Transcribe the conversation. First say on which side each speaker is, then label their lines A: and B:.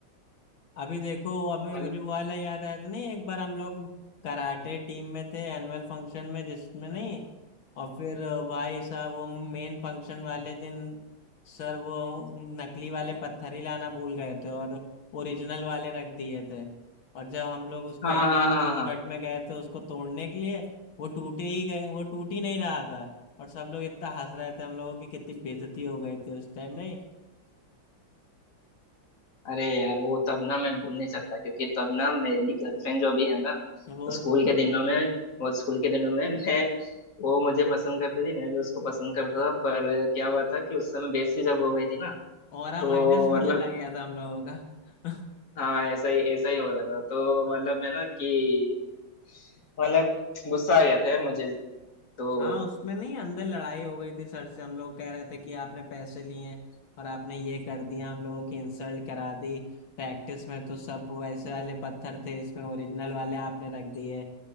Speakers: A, on the left; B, on the left.
A: अभी देखो अबे
B: मतलब
A: मुझे वो वाला याद आया था नहीं एक बार हम लोग कराटे टीम में थे एनुअल फंक्शन में जिसमें नहीं और फिर अ, भाई साहब वो मेन फंक्शन वाले दिन सर वो नकली वाले पत्थर ही लाना भूल गए थे और ओरिजिनल वाले रख दिए थे और जब हम लोग उसको
B: हाँ
A: एनुअल
B: हाँ
A: कॉन्सर्ट
B: हाँ हाँ
A: में गए थे उसको तोड़ने के लिए वो टूटे ही गए वो टूट ही नहीं रहा था और सब लोग इतना हंस रहे थे हम लोगों की कितनी बेइज्जती हो गई थी उस टाइम नहीं
B: अरे यार वो तब ना मैं भूल नहीं सकता क्योंकि तब ना मेरी गर्लफ्रेंड जो भी है ना
A: वो
B: तो स्कूल के दिनों में वो स्कूल
A: <laughs>
B: के दिनों में मैं वो मुझे पसंद करती थी मैं भी उसको पसंद करता था पर क्या हुआ था कि उस समय बेइज्जती जब हो गई थी ना
A: औरा
B: तो
A: माइनस में
B: मतलब
A: चला गया था हम लोगों का <laughs>
B: हाँ ऐसा ही ऐसा ही हो रहा था तो
A: हाँ
B: मतलब मैं ना कि मतलब गुस्सा आ गया था यार मुझे तो
A: हाँ, उसमें नहीं अंदर लड़ाई हो गई थी सर से हम लोग कह रहे थे कि आपने पैसे लिए हैं और आपने ये कर दिया हम लोगों की इंसल्ट करा दी प्रैक्टिस में तो सब वैसे वाले पत्थर थे इसमें ओरिजिनल वाले आपने रख दिए